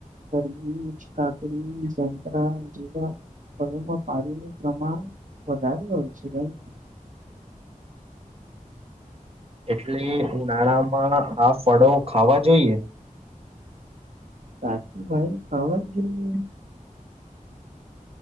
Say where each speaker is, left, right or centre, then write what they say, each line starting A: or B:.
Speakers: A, on the right (about 65°); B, on the right (about 45°).
A: તરબૂજ કાકડી સંતરા જેવા ઘમાં પાણીનું પ્રમાણ વધારે હોય છે નઈ
B: <unintelligible> એટલે ઉનાળામાં આ ફળો ખાવા જોઈએ.
A: સાચુ ભાઈ ખાવા જોઈએ.